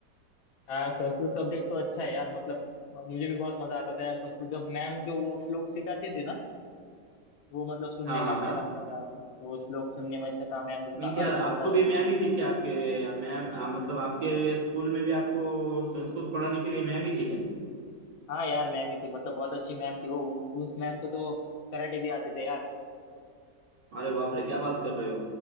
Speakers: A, on the left; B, on the right.
A: यार संस्कृत सब्जेक्ट तो अच्छा है यार मतलब मुझे भी बहुत मजा आता था यार संस्कृत जब मैम जो वो श्लोक सिखाती थी ना वो मतलब सुनने
B: हाँ
A: में
B: हाँ
A: अच्छा
B: हाँ
A: लगता था वो श्लोक सुनने में अच्छा था मैम उसका
B: नहीं तो यार
A: अर्थ
B: आपको
A: बताती
B: भी
A: थी
B: मैम ही थी क्या आपके मैम आप मतलब आपके स्कूल में भी आपको संस्कृत पढ़ाने के लिए मैम ही थी क्या
A: हाँ यार मैम ही थी मतलब बहुत अच्छी मैम थी वो उ- उस मैम को तो कराटे भी आते थे यार
B: अरे बाप रे क्या बात कर रहे हो